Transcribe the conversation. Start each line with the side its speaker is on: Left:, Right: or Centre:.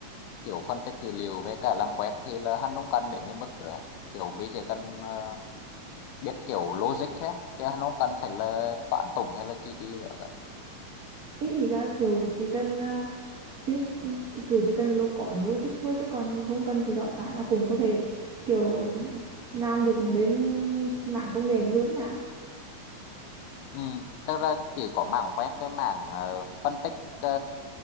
Left: kiểu phân tích dữ liệu với cả làm web thì là hắn không cần đến mấy mức nữa kiểu mình chỉ cần ờ, biết kiểu logic thế chứ nó không cần phải là toán tủng hay là chi chi nữa cả
Right: ý ý là kiểu chỉ cần ờ, biết kiểu chỉ cần lo có logic thôi chứ còn không cần phải giỏi toán là cũng có thể kiểu làm được bên mảng công nghệ này luôn đấy hả
Left: ừ, tức là chỉ có mảng web cái mảng ờ, phân tích ờ,